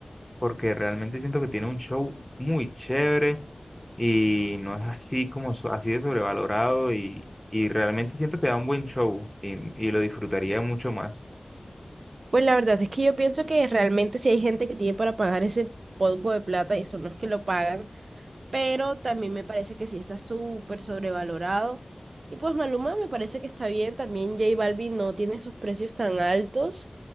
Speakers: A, in the centre; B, on the right.
A: porque realmente siento que tiene un show muy chévere y no es así como so- así de sobrevalorado y, y realmente siento que da un buen show y, y lo disfrutaría mucho más
B: Pues la verdad es que yo pienso que realmente si hay gente que tiene para pagar ese poco de plata y son los que lo pagan, pero también me parece que sí está súper sobrevalorado. Y pues Maluma me parece que está bien, también J Balvin no tiene sus precios tan altos